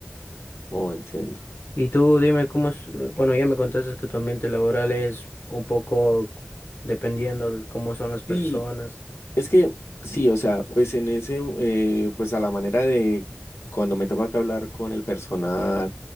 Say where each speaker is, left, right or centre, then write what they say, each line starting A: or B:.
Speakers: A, on the left (about 90°); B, on the left (about 60°).
A: Oh, entiendo.
B: Y tú dime cómo es, eh, bueno, ya me contaste que tu ambiente laboral es un poco dependiendo el- cómo son las personas.
A: Sí, Es que sí, o sea, pues en ese, eh, pues a la manera de cuando me toca que hablar con el personal,